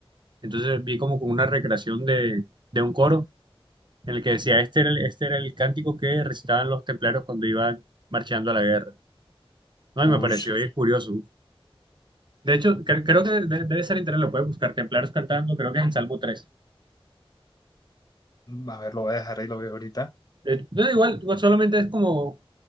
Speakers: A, on the right; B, on the left.
A: Entonces vi como como una recreación de, de un coro en el que decía, este era el, este era el cántico que recitaban los templarios cuando iban marchando a la guerra. No, y
B: Ush,
A: me pareció bien curioso. De hecho, cre- creo que de- debe ser internet, lo puedes buscar, templarios cantando, creo que es el Salmo tres
B: a ver, lo voy a dejar ahí, lo veo ahorita.
A: De no, igual, igual solamente es como,